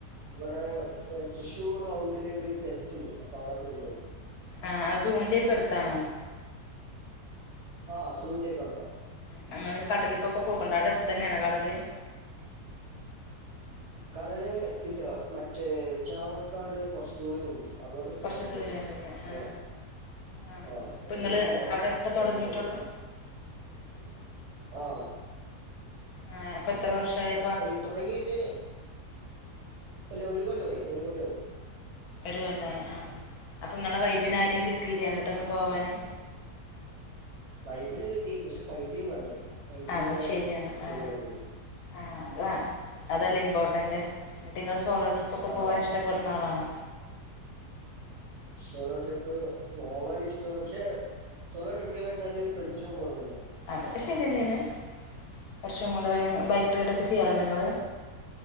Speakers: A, on the right; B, on the left.
A: ഇവടെ ഏഹ് തൃശ്ശൂർ റൗണ്ടില് ഒര് ഫെസ്റ്റ്ണ്ട് അപ്പൊ ആടെ പോയിണ്ടാരുന്നു
B: ആഹ് സൂന്റെക്കെ എട്ത്താണോ
A: ആഹ് സൂവിന്റെക്കെ എട്ത്താ
B: ആഹ് ഇങ്ങള് കടല്ക്കൊക്കെ പോക്ക്ണ്ടോ ആടെ എട്ത്തന്നെയാണോ കടല്
A: കടല് ഇല്ലാ മറ്റേ ചാവക്കാട് കൊറച്ച് ദൂരവുണ്ട് അങ്ങോട്ട് പോയിട്ടില്ല
B: കുറച്ച് ദൂരം
A: <unintelligible>
B: ഉണ്ടല്ലേ
A: പോണം
B: ആ ആ
A: ആഹ്
B: അപ്പൊ
A: ഒരു
B: നിങ്ങള്
A: ദിവസം പോണം
B: അവിടെ ഇപ്പൊ
A: പോയിട്ടില്ല
B: തുടങ്ങിയിട്ടുള്ളൂ
A: <unintelligible> ആഹ്
B: ഏഹ് അപ്പ എത്ര വർഷായെ
A: എല്ലാ തൊടങ്ങിയിട്ട് എല്ലാ ഒരു കൊല്ലവായി ഒരു കൊല്ലവായി
B: ഒരു കൊല്ലമായി ആ അപ്പൊ നിങ്ങളെ വൈബിന് ആരെയും
A: ഉം.
B: കിട്ടീലെ അങ്ങോട്ടൊന്നും പോവാന്
A: വൈബിന് കിട്ടി പക്ഷെ പൈസയും വേണ്ടേ പൈസ
B: അതും
A: ഇല്ലാതെ
B: ശരിയാണ്
A: പോയിട്ട്
B: ആ
A: കാര്യമില്ലല്ലോ
B: ആ അത് വേണം അതല്ലേ ഇംപോർട്ടന്റ് എന്നിട്ട് നിങ്ങള് സോളോ ട്രിപ്പ് ഒക്കെ
A: ആ
B: പോവാൻ ഇഷ്ട പ്പെടുന്ന ആളാണോ
A: സോളോ ട്രിപ്പ് പോവാൻ ഇഷ്ടവാ പക്ഷേ സോളോ ട്രിപ്പിനെ കാട്ടിലും നല്ലത് ഫ്രണ്ട്സിന്റെ ഒപ്പം പോണതല്ലേ
B: അതൊക്കെ ശരി തന്നെയാണ് ഫ്രണ്ട്‌സിന്റെ കൂടെ ബൈക്ക് റൈഡ് ഒക്കെ ചെയ്യാറുണ്ടോ നിങ്ങള്